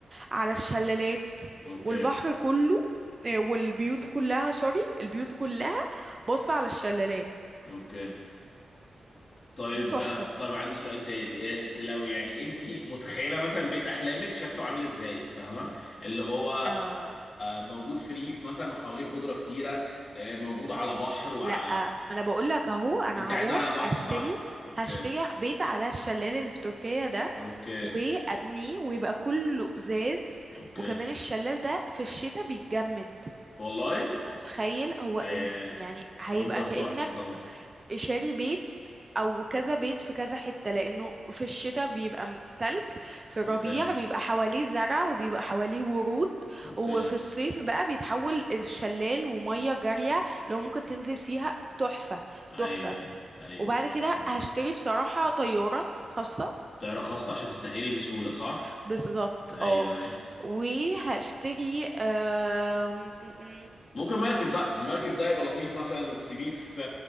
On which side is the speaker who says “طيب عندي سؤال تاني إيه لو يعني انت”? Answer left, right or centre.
Left